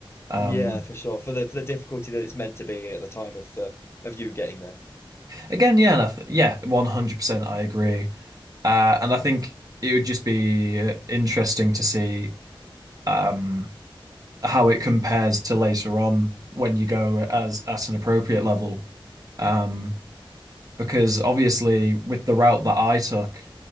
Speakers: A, on the right; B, on the left.
A: Um,
B: Yeah, for sure. For the for the difficulty that it's meant to be at the time of the of you getting there.
A: again, yeah, and I th yeah, 100% I agree. Uh, and I think it would just be uh, interesting to see um, how it compares to later on when you go as at an appropriate level. Um, because obviously, with the route that I took,